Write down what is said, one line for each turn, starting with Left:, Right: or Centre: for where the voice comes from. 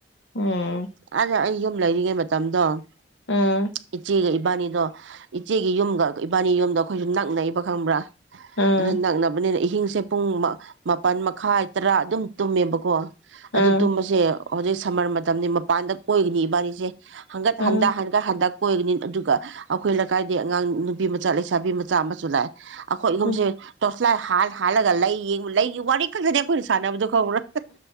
Left: ꯎꯝ
Right: ꯑꯗ ꯑ ꯂꯩꯔꯤꯉꯩ ꯃꯇꯝꯗꯣ
Left: ꯎꯝ
Right: ꯏꯆ ꯏꯕꯥꯅꯤꯗꯣ ꯏꯆꯦꯒꯤ ꯌꯨꯝꯒ ꯏꯕꯥꯅꯤ ꯌꯨꯝꯗꯣ ꯑꯩꯈꯣꯏꯁꯨ ꯅꯛꯅꯏꯕ ꯈꯪꯕ꯭ꯔꯥ
Left: ꯎꯝ
Right: ꯑꯗꯨꯣ ꯅꯪꯅꯕꯅꯤꯅ ꯑꯍꯤꯡꯁꯦ ꯄꯨꯡ ꯃꯥꯄꯜ ꯃꯈꯥꯏ ꯇꯔꯥ ꯑꯗꯨꯝ ꯇꯨꯝꯃꯦꯕꯀꯣ
Left: ꯎꯝ
Right: ꯑꯗꯨ ꯇꯨꯝꯕꯁꯦ ꯑꯣ ꯍꯧꯖꯤꯛ ꯁꯝꯃꯔ ꯃꯇꯝꯅꯤ ꯃꯄꯥꯟꯗ ꯀꯣꯏꯒꯅꯤ ꯏꯕꯥꯅꯤꯁꯦ ꯍꯪꯒꯗ
Left: ꯎꯝ
Right: ꯍꯟꯗ ꯍꯟꯒꯥ ꯍꯟꯗꯒ ꯑꯣꯏꯣꯏꯒꯅꯤ ꯑꯗꯨꯒ ꯑꯩꯈꯣꯏ ꯂꯩꯀꯥꯏꯗ ꯑꯉꯥꯡ ꯅꯨꯄꯤ ꯃꯆꯥ ꯂꯩꯁꯥꯕꯤ ꯃꯆꯥ ꯑꯃꯁꯨ ꯂꯥꯛꯑꯦ ꯑꯩꯈꯣꯏ ꯏꯍꯨꯝꯁꯦ
Left: ꯎꯝ
Right: ꯥꯏ ꯍꯥꯜꯂꯒ ꯂꯩ ꯌꯦꯡꯕ ꯂꯩꯒꯤ ꯋꯥꯔꯤ ꯈꯗꯅꯦ ꯑꯩꯈꯣꯏꯅ ꯁꯥꯟꯅꯕꯗ ꯈ